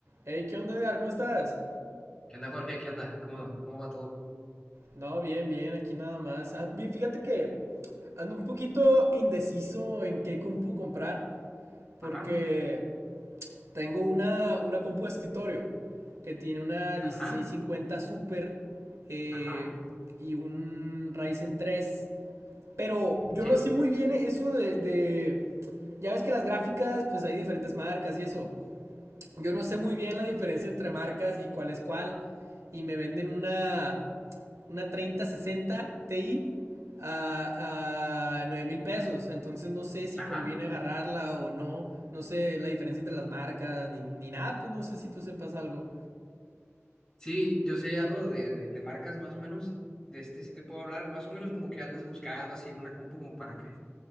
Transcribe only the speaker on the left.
¿Qué onda, Jorge? ¿Qué onda? ¿Cómo, cómo va todo?
Ajá,
ajá,
ajá,
sí,
ajá.
Sí, yo sé algo de, de, de marcas más o menos. De este sí te puedo hablar, más o menos como que andas buscando así una compu como para qué.